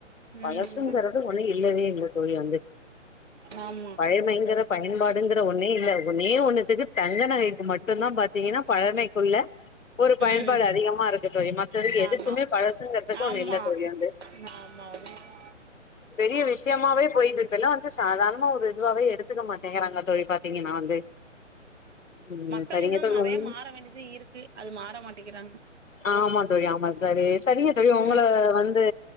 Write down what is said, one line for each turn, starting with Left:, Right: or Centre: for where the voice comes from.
Left: வயசுங்கறது
Right: ம்
Left: ஒன்னு இ இல்லவே இல்ல தோழி வந்து
Right: ஆமா
Left: பழைய பயங்கர பயன்பாட் ங்கற ஒன்னே இல்ல ஒன்னே ஒண்ண த்துக்கு தங்க நகைக்கு மட்டும்தா பாத்தீங்கன்னா பழமைக்குள்ள ஒரு பயன்பாடு
Right: ம்
Left: அதிகமா இருக்கு தோழி மக்களுக்கு எதுக்குமே
Right: ஆமா
Left: பழசுங்குறதுக்கு
Right: ஆமா
Left: ஒன்னு இல்ல தோழி வந்து
Right: ஆமா உண்மதா
Left: பெரிய விஷயமாவே போயிட்டுயிருக்கு இப்பலா சாதாரணமா ஒரு இதுவாவே எடுத்துக்க மாட்டேங்கறாங்க தோழி பாத்தீங்கன்னா வந்து ம்
Right: மக்கள்
Left: சரிங்க
Right: இன்னு
Left: தோழி
Right: நெறைய மாற வேண்டியது இருக்கு அது மாற மாட்டேங்கிறாங்க
Left: ஆமா தோழி ஆமா சரி சரிங்க தோழி உங்கள
Right: ம்
Left: வந்து